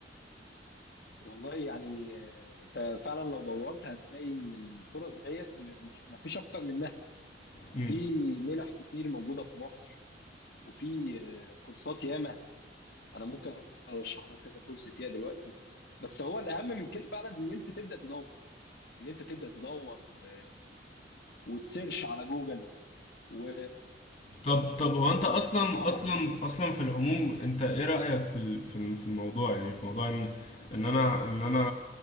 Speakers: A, on the left; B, on the left.
A: والله يعني آه، انت فعلا لو دورت هتلاقي ان الفرص ديت م- مش مفيش اكتر منها
B: مم.
A: في منح كتير موجوده في مصر وفي آه، كورسات ياما انا ممكن ارشح لك كذا كورس فيها دلوقتي بس هو الاهم من كده فعلا ان انت تبدا تدور ان انت تبدا تدور و... وتسيرش على جوجل و...
B: طب طب هو
A: وتسال
B: انت اصلا
A: صحابك
B: اصلا اصلا في العموم انت ايه رأيك في ال- في ال- في الموضوع يعني في موضوع ان ان انا ان انا